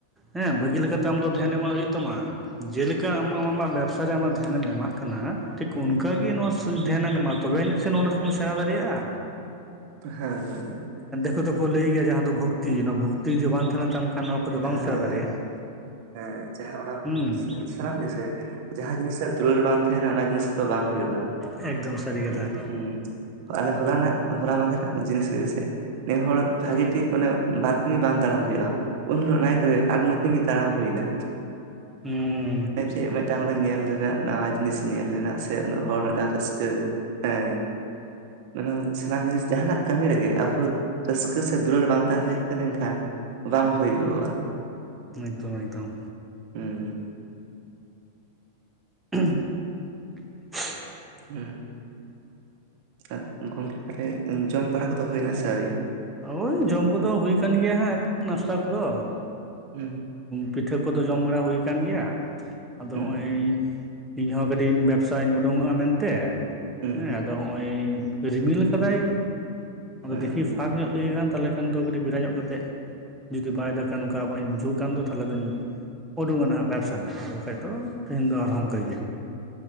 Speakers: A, in the centre; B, on the right.
A: ᱦᱮᱸ ᱵᱷᱟᱹᱜᱤ ᱞᱮᱠᱟᱛᱮ ᱟᱢ ᱫᱚ ᱫᱷᱮᱱ ᱮᱢᱚᱜ ᱦᱩᱭᱩᱜ ᱛᱟᱢᱟ ᱡᱮᱞᱮᱠᱟ ᱟᱢᱢᱟ ᱟᱢᱟᱜ ᱵᱮᱵᱽᱥᱟ ᱨᱮ ᱟᱢᱟᱜ ᱫᱷᱮᱭᱟᱱᱮᱢ ᱮᱢᱟᱜ ᱠᱟᱱᱟ ᱴᱷᱤᱠ ᱚᱱᱠᱟᱜᱮ
B: ᱦᱩᱸ
A: ᱱᱚᱣᱟ ᱥᱩᱡᱽ ᱫᱷᱮᱭᱟᱱᱮᱢ ᱮᱢᱟ ᱛᱚᱵᱮ ᱟᱹᱱᱤᱡ ᱥᱮ ᱱᱚᱸᱰᱮ ᱠᱷᱚᱡ-ᱮᱢ ᱥᱮᱸᱲᱟ ᱫᱟᱲᱮᱭᱟᱜᱼᱟ
B: ᱦᱮᱸ ᱦᱳᱭ ᱦᱳᱭ
A: ᱠᱚᱫᱚ ᱠᱚ ᱞᱟᱹᱭ ᱜᱮᱭᱟ ᱡᱟᱦᱟᱸ ᱫᱚ ᱵᱷᱚᱠᱛᱤ ᱚᱱᱟ ᱵᱷᱚᱠᱛᱤ ᱡᱩᱫᱤ ᱵᱟᱝ ᱛᱟᱦᱮᱱᱟ ᱛᱟᱢ ᱠᱷᱟᱱ ᱱᱚᱣᱟ ᱠᱚᱫᱚ ᱵᱟᱢ
B: ᱦᱮᱸ
A: ᱥᱮᱸᱲᱟ
B: ᱦᱮᱸ
A: ᱫᱟᱲᱮᱭᱟᱜᱼᱟ
B: ᱦᱮᱸ ᱡᱟᱦᱟᱸ ᱚᱱᱟ
A: ᱦᱩᱸ
B: ᱥᱟᱱᱟᱢ ᱜᱮᱥᱮ ᱡᱟᱦᱟᱸ ᱡᱤᱱᱤᱥ ᱨᱮᱭᱟᱜ ᱫᱩᱞᱟᱹᱲ ᱵᱟᱝ ᱛᱟᱦᱮᱱᱟ ᱚᱱᱟ ᱡᱤᱱᱤᱥ ᱫᱚ ᱵᱟᱝ ᱦᱩᱭᱩᱜᱼᱟ
A: ᱮᱠᱫᱚᱢ ᱥᱟᱹᱨᱤ ᱠᱟᱛᱷᱟ
B: ᱦᱩᱸ, ᱦᱩᱸ ᱛᱟᱦᱚᱞᱮ ᱦᱚᱞᱟ ᱱᱟᱜ ᱦᱚᱞᱟ ᱢᱟᱫᱷᱮᱨ ᱨᱟᱜ ᱡᱤᱱᱤᱥ ᱦᱩᱭᱩᱜ ᱟᱥᱮ ᱯᱮ ᱦᱚᱲ ᱵᱷᱟᱜᱮ ᱴᱷᱤᱠ ᱚᱷᱟ ᱵᱟᱨ ᱠᱤᱢᱤ ᱵᱟᱝ ᱛᱟᱲᱟᱢ ᱦᱩᱭᱩᱜᱼᱟ᱾ ᱩᱱ ᱦᱤᱞᱚᱜ ᱱᱟᱭᱮᱴᱨᱮ ᱟᱨ ᱱᱩᱠᱤᱱ ᱜᱮ ᱛᱟᱲᱟᱢ ᱦᱩᱭᱱᱟ᱾
A: ᱦᱩᱸ
B: ᱡᱮ ᱢᱤᱫᱴᱟᱝ ᱧᱮᱞ ᱨᱮᱱᱟᱜ ᱱᱟᱣᱟ ᱡᱤᱱᱤᱥ ᱧᱮᱞ ᱨᱮᱱᱟᱜ ᱥᱮ ᱩᱱᱟᱹᱜ ᱦᱚᱲ ᱢᱤᱫᱴᱟᱝ ᱨᱟᱹᱥᱠᱟᱹ ᱦᱮᱸ ᱢᱟᱱᱮ ᱥᱟᱱᱟᱢ ᱡᱤᱱᱤᱥ ᱡᱟᱦᱟᱱᱟᱜ ᱠᱟᱹᱢᱤ ᱨᱮᱜᱮ ᱟᱵᱚ, ᱨᱟᱹᱥᱠᱟᱹ ᱥᱮ ᱫᱩᱞᱟᱹᱲ ᱵᱟᱝ ᱛᱟᱦᱮᱸ ᱦᱩᱭ ᱩᱛᱟᱹᱨ ᱞᱮᱱᱠᱷᱟᱱ ᱵᱟᱝ ᱦᱩᱭ ᱠᱚᱜᱼᱟ,
A: ᱮᱠᱫᱚᱢ ᱮᱠᱫᱚᱢ,
B: ᱦᱩᱸ
A: <inaudible>
B: ᱦᱩᱸ ᱟᱨ ᱜᱚᱝᱠᱮ ᱛᱟᱞᱚᱞᱮ ᱡᱚᱢ ᱵᱟᱲᱟ ᱠᱚᱫᱚ ᱦᱩᱭᱱᱟ ᱥᱮ ᱟᱹᱣᱨᱤ?
A: ᱦᱳᱭ ᱡᱚᱢ ᱠᱚᱫᱚ ᱦᱩᱭ ᱟᱠᱟᱱ ᱜᱮᱭᱟ ᱦᱟᱸᱜ ᱮ ᱱᱟᱥᱛᱟ ᱠᱚᱫᱚ,
B: ᱦᱩᱸ
A: ᱯᱤᱴᱷᱟᱹ ᱠᱚᱫᱚ ᱡᱚᱢ ᱵᱟᱲᱟ ᱦᱩᱭ ᱟᱠᱟᱱ ᱜᱮᱭᱟ ᱟᱫᱚ
B: ᱦᱩᱸ
A: ᱦᱚᱸᱜᱼᱚᱭ ᱤᱧᱦᱚᱸ ᱠᱟᱹᱴᱤᱡ ᱵᱮᱵᱥᱟᱧ ᱩᱰᱝᱠᱚᱜᱼᱟ ᱢᱮᱱᱛᱮ
B: ᱦᱩᱸ
A: ᱦᱮᱸ ᱦᱚᱜ ᱚᱸᱭ ᱨᱤᱢᱤᱞ ᱟᱠᱟᱫᱟᱭ ᱟᱫᱚ
B: ᱦᱩᱸ
A: ᱫᱮᱠᱦᱤ, ᱯᱷᱟᱸᱠ ᱧᱚᱜ ᱞᱮ ᱠᱷᱟᱱ ᱛᱟᱦᱚᱞᱮ ᱠᱷᱟᱱ ᱫᱚ ᱠᱟᱹᱴᱤᱡ ᱵᱮᱲᱟ ᱧᱚᱜ ᱠᱟᱛᱮᱫ, ᱡᱩᱫᱤ ᱵᱟᱭ ᱫᱟᱜᱽ ᱠᱷᱟᱱ ᱚᱱᱠᱟ ᱟᱵᱚᱣᱟᱜ ᱤᱧ ᱟᱫᱩᱧ ᱵᱩᱡᱷᱟᱹᱣ ᱠᱦᱟᱱ ᱫᱚ ᱛᱟᱦᱚᱞᱮ ᱵᱮᱱ, ᱩᱰᱩᱝᱚᱜᱼᱟ ᱦᱟᱸᱜ ᱵᱮᱵᱽᱥᱟ ᱱᱷᱟᱜ ᱟᱨ ᱵᱟᱠᱷᱟᱡ ᱫᱚ ᱛᱮᱦᱤᱧ ᱫᱚ ᱟᱨᱦᱚᱸ ᱚᱱᱠᱟ ᱜᱮᱭᱟ᱾